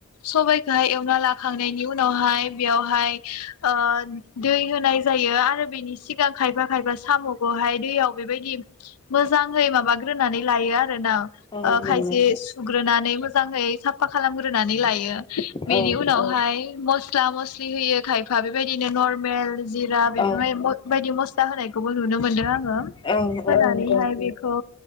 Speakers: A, on the left; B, on the left.
A: सबायखाय एवना लाखांनायनि उन उनावहाय बेवहाय आ दै होनाय जायो आर आरो बेनि सिगां खायफा खायफा साम'खौहाय दैयाव बेबायदि मोजांहै माबा <unintelligible> नानै लायो आरोना
B: औ नंगौ
A: खायसे सुग्रोनानै मोजै साफा खालामग्रोनानै लायो
B: औ
A: बेनि उनावहाय मस्ला मस्लि होयो खायफा बेबायदिनो नर मेल जिरा बेफोरबायम'इ
B: औ
A: बायदि मस्ला होनायखौबो नुनो मोनदों आङो
B: औ नंगौ
A: फोनानैहाय
B: औ नंगौ
A: बेखौ